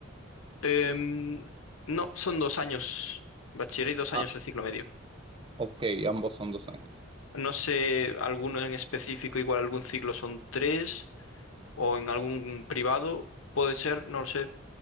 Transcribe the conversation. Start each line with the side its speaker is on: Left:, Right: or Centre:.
Left: Em, no, son dos años bachiller y dos
Right: Ah,
Left: años el ciclo medio.
Right: Ok, ambos son dos años.
Left: No sé, algunos en específico, igual algún ciclo son tres o en algún privado, puede ser, no lo sé,